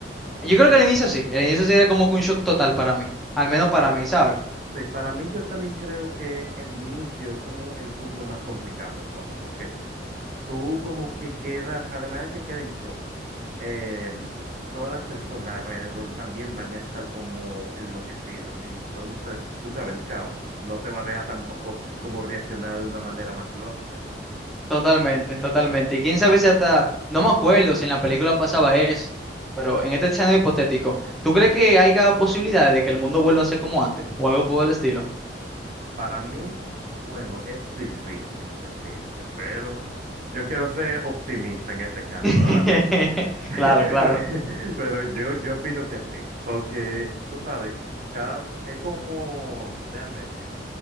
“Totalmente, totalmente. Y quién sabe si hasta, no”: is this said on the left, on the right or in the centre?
Centre